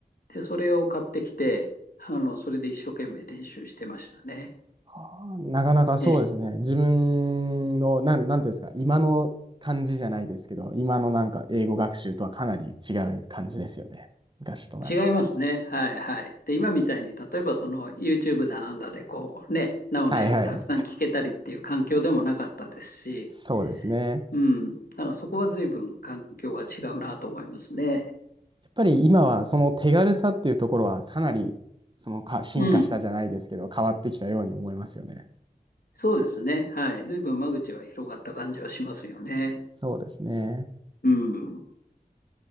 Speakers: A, on the left; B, on the right.
A: で、それを買ってきて、あの、それで一生懸命練習してましたね。
B: はあ、なかなかそうですね。
A: ええ、
B: 自分の、なん、なんていうんですか、今の感じじゃないですけど、今のなんか英語学習とはかなり違う感じですよね。昔となると。
A: 違いますね。はいはい。で、今みたいに、例えばその YouTube だなんだで、こうね、生の英語をたくさん聞けたりっていう環境でもなかったですし、
B: はいはい。そうですね。
A: うん、だからそこは随分環境が違うなと思いますね。
B: やっぱり今はその手軽さっていうところはかなりそのか進化したじゃないですけど、
A: うん。
B: 変わってきたように思いますよね。
A: そうですね。はい。随分間口は広がった感じはしますよね。
B: そうですね。
A: うん。